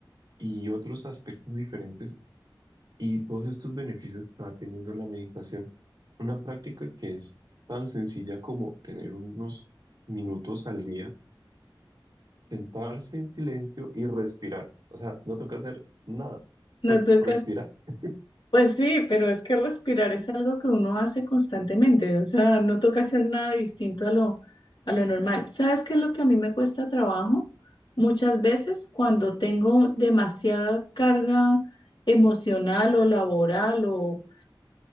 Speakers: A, on the right (about 50°); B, on the left (about 65°).
A: y otros aspectos diferentes, y todos estos beneficios que va teniendo la meditación. Una práctica que es tan sencilla como tener unos minutos al día sentarse en silencio y respirar. O sea, no toca hacer nada.
B: No
A: Pues
B: tocas.
A: respirar. <laughs>
B: Pues sí, pero es que respirar es algo que uno hace constantemente, o sea, no toca hacer nada distinto a lo, a lo normal. ¿Sabes qué es lo que a mí me cuesta trabajo? Muchas veces cuando tengo demasiada carga emocional o laboral o